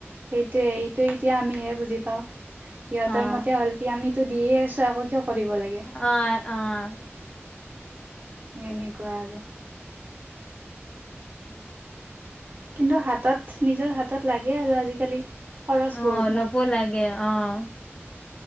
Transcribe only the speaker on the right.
সেইটোয়ে, এইটো এতিয়া আমিহে বুজি পাও। সিহঁতৰ
মতে হ'ল কি আমি তো দিয়ে আছ, আকৌ কিয়। কৰিব লাগে
এনেকুৱা আৰু কিন্তু হাতত, নিজৰ হাতত লাগে আৰু আজিকালি খৰচ
বহুত
নহ।